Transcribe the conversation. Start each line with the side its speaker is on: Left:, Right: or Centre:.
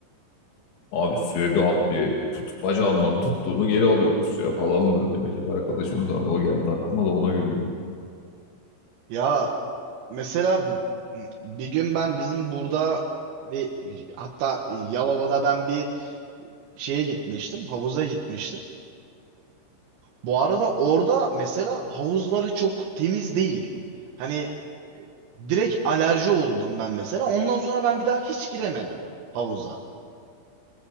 Left: Abi suya bir atlıyor. Tut bacağından tuttuğunu geri alıyordu suya falan böyle. Böyle bir arkadaşımız vardı. O geldi aklıma da ona güldüm.
Right: Ya mesela bir gün ben bizim burada ve hatta Yalova'da ben bir şeye gitmiştim, havuza gitmiştim. Bu arada orada mesela havuzları çok temiz değil. Hani e, direkt alerji oldum ben mesela. Ondan sonra ben bir daha hiç giremedim havuza.